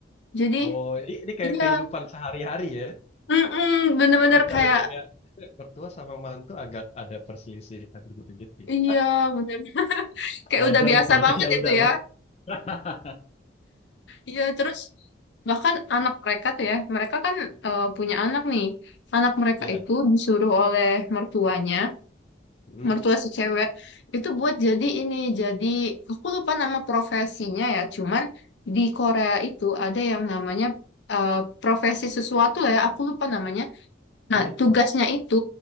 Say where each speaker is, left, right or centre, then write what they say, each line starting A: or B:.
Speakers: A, on the left; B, on the left.
A: Jadi,
B: Oh, ini, ini kayak
A: iya,
B: kehidupan sehari-hari ya?
A: mm-mm, bener-bener
B: Atau Misalnya
A: kayak,
B: kayak misalnya mertua sama mantu agak ada perselisihan begitu-gitu ya?
A: iya, bener, kayak
B: Wajar
A: udah biasa
B: sih,
A: banget
B: <laughs> ya
A: itu
B: udahlah.
A: ya.
B: <laughs>
A: Iya, terus bahkan anak mereka tuh ya, mereka kan eh, punya anak nih. Anak mereka
B: Ya.
A: itu disuruh oleh mertuanya,
B: Hmm,
A: mertua si cewek, itu buat jadi ini, jadi aku lupa nama profesinya ya, cuman di Korea itu ada yang namanya eh, profesi sesuatu lah ya, aku lupa namanya Nah,
B: hmm.
A: tugasnya itu